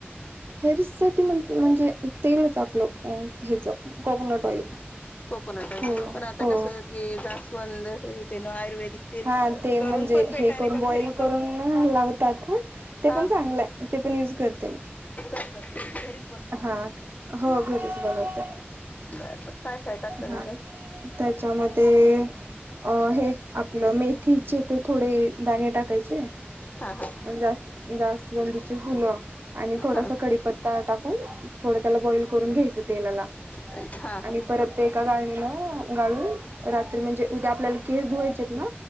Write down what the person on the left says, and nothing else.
कोकोटन ऑइल
पण आता
कस जास्वंद हे तेन आयुर्वेद तेल
करून पण भेटायले
का
घरी करून
हा
करते घरी
बर बर काय काय टाकता त्याच्यात?
हा हा हा
हा
हा हा
हा